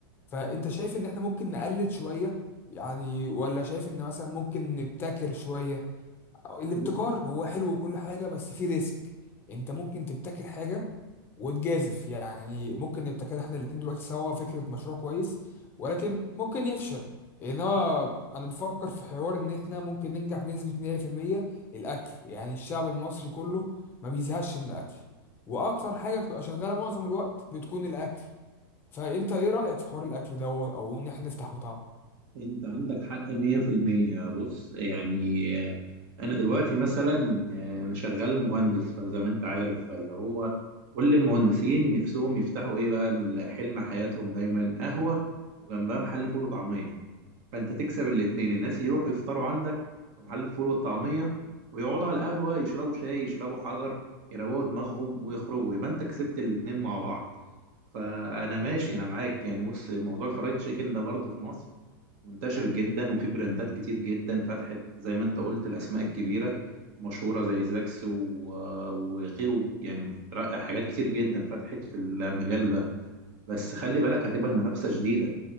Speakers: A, on the left (about 15°); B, on the right (about 35°).
A: فانت شايف ان احنا ممكن نقلل شوية يعني ولا شايف ان مثلا ممكن نبتكر شوية أو الابتكار
B: طيب
A: هو حلو وكل حاجة بس فيه ريسك انت ممكن تبتكر حاجة وتجازف يعني ممكن نبتكر احنا الاتنين دلوقتي سوا فكرة مشروع كويس ولكن ممكن يفشل انما انا بفكر في حوار ان احنا ممكن ننجح بنسبة 100% الاكل يعني الشعب المصري كله ما بيزهقش من الاكل واكتر حاجة بتبقى شغالة معظم الوقت بتكون الاكل فانت ايه رأيك في حوار الاكل دوت او ان احنا نفتح مطعم
B: انت عندك حق 100% بص يعني آه، انا دلوقتي مثلا آه، انا شغال مهندس فزي ما انت عارف فاللي هو كل المهندسين نفسهم يفتحوا ايه بقى حلم حياتهم دايما قهوة وجنبها محل فول وطعمية فانت تكسب الاتنين الناس يروحوا يفطروا عندك في محل الفول والطعمية ويقعدوا على القهوة يشربوا شاي يشربوا حجر يروقوا دماغهم ويخرجوا يبقى انت كسبت الاتنين مع بعض فانا ماشي انا معاك يعني بص موضوع الفرايد تشيكن ده برضه في مصر منتشر جدا وفي براندات كتير جدا فتحت زي ما انت قلت الاسماء الكبيره مشهوره زي زاكس و- وغيره يعني حاجات كتير جدا فتحت في المجال ده بس خلي بالك هتبقى المنافسه شديده